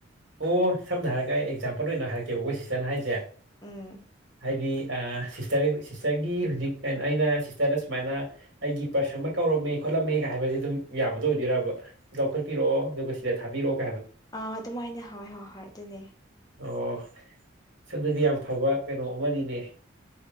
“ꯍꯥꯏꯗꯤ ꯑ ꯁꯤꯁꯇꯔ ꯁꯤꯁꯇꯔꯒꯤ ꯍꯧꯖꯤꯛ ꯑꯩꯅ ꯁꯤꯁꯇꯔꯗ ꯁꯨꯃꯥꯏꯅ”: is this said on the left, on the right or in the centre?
Right